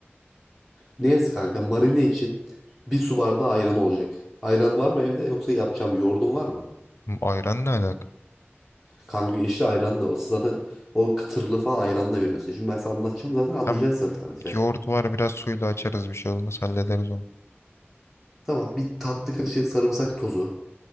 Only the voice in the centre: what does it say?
Neyse kanka marine için bir su bardağı ayran olacak. Ayran var mı evde yoksa yapacağım yoğurdun var mı?
Kanka işte ayranla o zaten o kıtırlı falan ayranla veriyorsun. Şimdi ben sana anlatacağım zaten anlayacaksın
sen tarifi.
Tamam bir tatlı kaşığı sarımsak tozu.